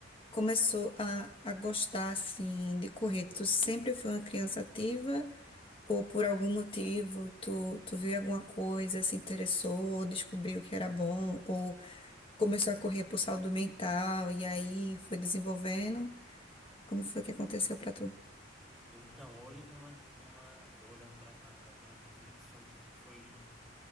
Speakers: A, on the left (about 30°); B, in the centre.
A: começou a, a gostar, assim, de correr? Tu sempre foi uma criança ativa? Ou por algum motivo, tu, tu viu alguma coisa, se interessou, descobriu que era bom? Ou começou a correr por saúde mental e aí foi desenvolvendo? Como foi que aconteceu pra tu?
B: Então, hoje eu tenho uma, uma, eu olhando pra trás, né? Tenho uma reflexão de que foi,